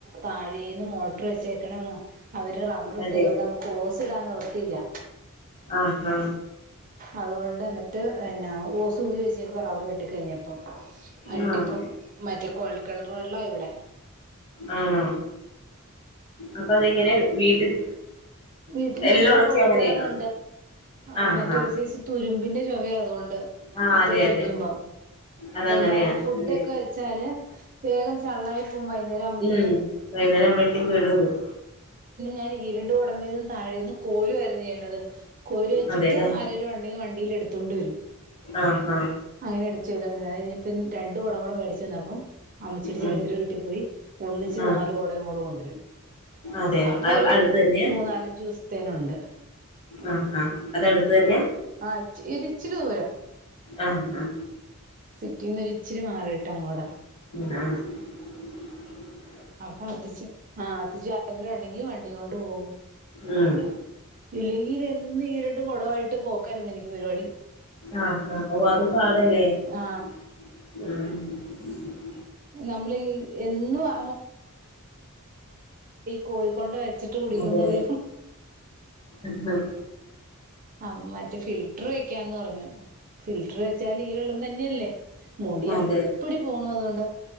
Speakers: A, on the right; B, on the left.
A: താഴേന്ന് മോട്ടർ വെച്ച നക്കണ വ അവർ റബ്ബർ ഇട്ടതുക
B: അതെ
A: കൊണ്ട് നമുക്ക് ഓസ് ഇടാൻ നിവൃത്തിയില്ല
B: ആഹഹാ
A: അതുകൊണ്ട് എന്നിട്ട് പിന്നെ ഓ സൂര് വഴച്ചേ കുറ അവർ വട്ടിഴിഞ്ഞപ്പം അട്ടപ്പോ
B: ആഹ്
A: മറ്റെ കോവാ കിണർ വെള്ളോ എവിടെ
B: ആണോ അപ്പൊ അതെങ്ങനെ വീട്ടിൽ
A: വീട്ടില്
B: എല്ലാം
A: ഇവിടെ
B: ഉണക്കി
A: കുഴൽക്കിണറുണ്ട്
B: അങ്ങനെയാണോ ആഹ്
A: മറ്റേരു
B: ആഹ്
A: സൈസ തുരുമ്പിന്റെ ചൊവ അതുകൊണ്ട്
B: ആഹ്
A: അത്
B: അതെ
A: കുടികുമ്പോൾ
B: അതെ അതങ്ങനെയാ
A: നമുക്ക് ഫുടൊക്കെ
B: ഒരു
A: വെച്ചാല് വേഗം ചള്ളായി പോക വൈകുന്നേര ആവുമ്പത്തേും
B: ഉം വൈകുന്നേരം ആവുമ്പോഴേക്കും കേട് വരും
A: ഞാൻ ഇ രണ്ടുൂട സമീതം താഴെയുന്നു കോരു ആയിരുന്നു ചെയ്യണത് കോരു വെച്ചിട്ട്
B: അതെല്ലേ
A: ആരലും ഉണ്ടെങ്കിൽ വണ്ടിൽ എടുത്ത തൊണ്ടുവരും
B: ആഹഹ
A: അങ്ങനെ എടുച്ച് ചെയ്തോണ്ടി ഇനിപ്പ രണ്ടണ്ട് കുടകൂടി മേടിച്ചു െന്നപ്പം അമച്ചിട്ട്
B: ഉം
A: ചേർത്തിട്ട് വീട്ടിൽ പോയി ഒന്നിച്ച്
B: ആഹ്
A: നാല് കൊടകയും കൂടെ കൊണ്ടുവരും
B: അതെ
A: അപ്പൊ ഒരു
B: അടുത്ത് തന്നെയാ
A: മൂന്നാലഞ്ചു ദിവസത്തേനുണ്ട്
B: ആഹ് ആഹ് അതടുത്ത് തന്നെയാ
A: ആഹ ഇ ഇരിച്ചി ദൂരം
B: ഉം ഹം
A: സിറ്റിന്ന് ഇച്ചിരി മാറിട്ട് അങ്ങോടാ
B: ആഹ
A: അപ്പൊ അത്തിച്ച ആഹ് ആരെങ്കിലും ഉണ്ടെങ്കി വണ്ടിയ കൊണ്ട് പോകും
B: ഉം
A: ഇല്ലെങ്കിൽ ഈരണ്ട് കുടവായിട്ട് പോക്കാരരുന്നു എനിക്ക് പരിപാടി
B: ആഹ് ആഹ് അഓ അതും പാടല്ലേ ഉ
A: ആ
B: ഉ ഉ <unintelligible>
A: നമ്മളീ എന്നും ആ കോ കൊണ്ട് വെച്ചിട്ട് കുടിക്കുമ്പോ
B: അതെ
A: ഒരു
B: ആഹ്
A: ആ മറ്റേ ഫിൽറ്റർ വെക്കാന്ന് പറഞ്ഞു ഫിൽറ്റർ വെച്ചാല് ഈ വെള്ളം തന്നെയല്ലേ മുടി
B: അതെ
A: അപ്പടി പോണു അതുകൊണ്ട്